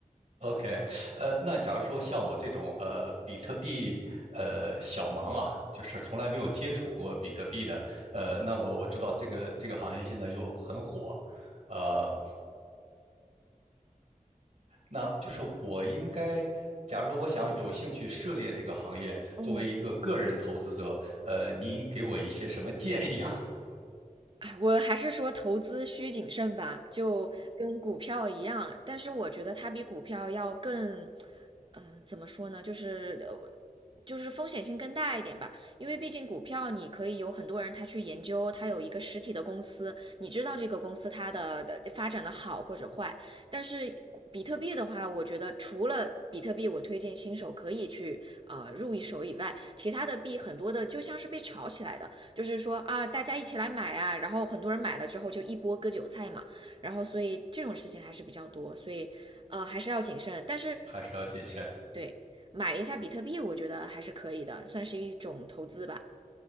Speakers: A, on the right (about 50°); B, on the right (about 35°).
A: ，OK，呃，那假如说像我这种呃比特币呃小盲啊，就是从来没有接触过比特币的，呃，那么我知道这个这个行业现在又很火，呃，那就是我应该，假如说我想有兴趣涉猎这个行业，
B: 嗯。
A: 作为一个个人投资者，呃，您给我一些什么建议啊？<laughs>
B: 哎，我还是说投资需谨慎吧，就跟股票一样，但是我觉得它比股票要更，嗯、怎么说呢，就是呃就是风险性更大一点吧，因为毕竟股票你可以有很多人他去研究，他有一个实体的公司，你知道这个公司它的的发展的好或者坏，但是比特币的话，我觉得除了比特币，我推荐新手可以去呃入一手以外，其他的币很多的就像是被炒起来的，就是说啊，大家一起来买啊，然后很多人买了之后就一波割韭菜嘛，然后所以这种事情还是比较多，所以呃还是要谨慎。但是
A: 还是要谨慎。
B: 对，买一下比特币，我觉得还是可以的，算是一种投资吧。